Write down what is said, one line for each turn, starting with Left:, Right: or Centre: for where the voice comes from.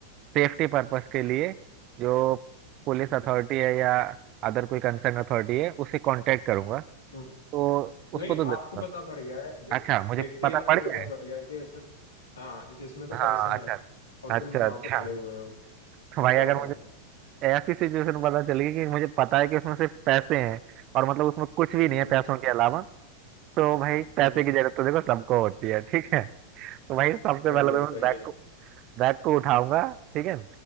Right: सेफ्टी पर्पस के लिए जो पुलिस
Left: हम्म
Right: अथॉरिटी है या अदर कोई कंसर्न अथॉरिटी है उससे कांटेक्ट करूंगा
Left: हम्म
Right: तो उसको
Left: नहीं
Right: तो दे
Left: आपको
Right: दूंगा
Left: पता पड़ गया है दे,
Right: अच्छा मुझे
Left: देखते
Right: पता
Left: ही आपको
Right: पड़ गया
Left: पता
Right: है
Left: पड़ गया है कि इसमें हाँ कि इसमें तो
Right: हाँ
Left: पैसे
Right: अच्छा
Left: हैं और
Right: अच्छा
Left: तुम वहां
Right: अच्छा
Left: पे खड़े हुए हो
Right: तो
Left: फिर
Right: भाई
Left: क्या
Right: अगर
Left: करोगे
Right: मुझे ऐसी सिचुएशन पता चली कि मुझे पता है कि उसमें सिर्फ पैसे हैं और मतलब उसमें कुछ भी नहीं है
Left: हम्म
Right: पैसों के अलावा तो भाई पैसे
Left: हम्म
Right: की जरूरत तो देखो सबको होती है ठीक है तो भाई सबसे
Left: सही
Right: पहले
Left: है
Right: तो
Left: सही
Right: मैं बैग
Left: है
Right: को बैग को उठाऊंगा ठीक है